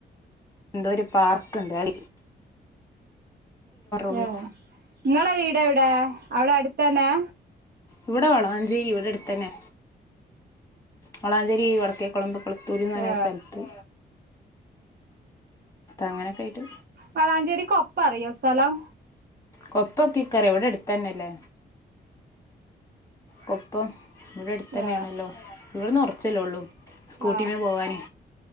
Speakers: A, on the left; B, on the right.
A: എന്തോരു പാർക്ക്ണ്ട് അ- ഉള്ളൂ
B: ആഹ് നിങ്ങളെ വീട് എവിടെ അവിടെ അടുത്ത് തന്നെയാ
A: ഇവ്ടെ വളാഞ്ചേരി ഇവ്ടെ അടുത്തന്നെ വളാഞ്ചേരി ഇ വടക്കെ കൊളമ്പ് കൊള.. <unintelligible>
B: ഏ
A: സ്ഥല്ത്ത് അങ്ങനെക്കെയിട്ട്
B: വളാഞ്ചേരിക്കൊപ്പറിയോ സ്ഥലം
A: കൊപ്പൊക്കെ എനിക്കറിയാം ഇവിടെ അടുത്ത് തന്നെയല്ലേ കൊപ്പം. ഇവിടെ അടുത്ത് തന്നെയാണല്ലോ
B: ഏ
A: ഇവിടുന്ന് കുറച്ചല്ലേ ഉള്ളൂ സ്കൂട്ട്
B: ആ
A: വേണം പോവാന്.